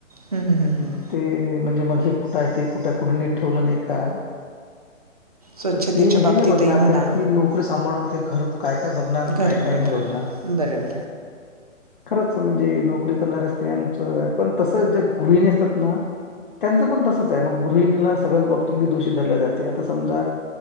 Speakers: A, on the right; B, on the left.
A: हं, हं, हं, हं.
B: ते म्हणजे म कुठं य ते कुठं कुठे नीट ठेवलं नाही का?
A: स्वच्छतेच्या
B: पण ते हे
A: बाबतीतही
B: नाही बघणार
A: म्हणा
B: का ती नोकरी सांभाळून ते घर काय काय बघणार
A: घर
B: काय
A: बरं
B: काय नाही बघणार
A: बरं
B: खरच म्हणजे नोकरी करणाऱ्या स्त्रियांच पण तस ज्या गृहिणी असतात ना. त्यांचं पण तसंचे मग गृहिणीला सगळच बाबतीमध्ये दोषी धरल्या जाते आता समजा